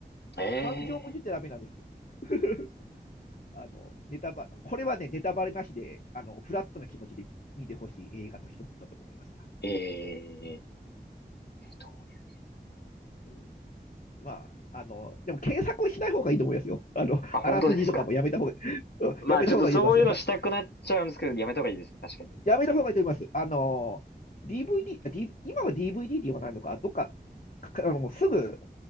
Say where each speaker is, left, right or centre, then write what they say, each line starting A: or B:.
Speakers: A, on the left (about 80°); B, on the left (about 50°).
A: え
B: 感情も言っちゃダメなんですよ。<laughs> あの、ネタバ、これはね、ネタバレなしで、あの、フラットな気持ちで見てほしい映画の一つだと思います。
A: えええどういう系なんだ。
B: うん、まあ、あの、でも検索をしない方がいいと思いますよ。あの、
A: あ、本当ですか。
B: あらすじとかもやめた方が、うんやめた方がいいと思います。
A: まあちょっとそういうのしたくなっちゃうんですけど、
B: はい。
A: やめた方がいいですね。確かに。
B: やめた方がいいと思います。あの、DVD、あディーブイ今は DVD って言わないのか、どっか、かあの、もうすぐ、